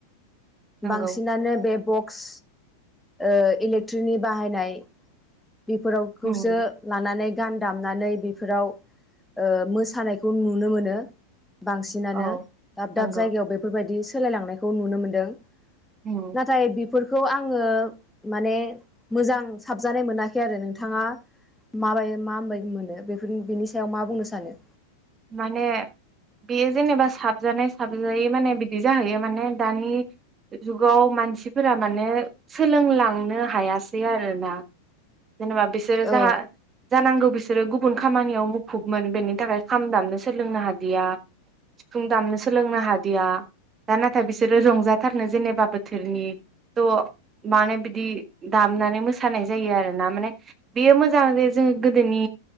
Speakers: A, on the right; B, in the centre.
A: नंगौ
B: बांसिनानो बे बक <inaudible> ओ इलेक्ट्रिनि बाहायनाय बेफोरावखौसो
A: उम
B: लानानै गान दामनानै बेफोराव ओ मोसानायखौ नुनो मोनो बांसिनानो
A: औ
B: दाब
A: नंगौ
B: दाब जायगायाव बेफोरबायदि सोलायलांनायखौ नुनो मोनदों
A: उम
B: नाथाय बि फोरखौ आङो माने मोजां साबजानाय मोनाखै खै आरो नोंथाङा माबाय मााबायदि मोनो बेफोर बेनि सायाव मा बुंनो सानो
A: माने बेयो जेनेबा साबजानाय साबजायै माने बिदि जाहैयो माने दानि जुगाव मानसिफोरा माने सोलोंलांनो हायासै आरोना जेनेबा बिसोरो जाहा
B: औ
A: जानांगौ बिसोर सोरो गुबुन खामानियाव मुखुबमोन बेनि थाखाय खाम दामनो सोलोंनो हादिया सिफुं दामनो सोलोंनो हादिया दा नाथाय बिसोरो रंजाथारनो जेनेबा बोथोरनि थ' मानो बिदि दामनानै मोसानाय जायो आरोना माने बेयो मोजां जे जोङो गोदोनि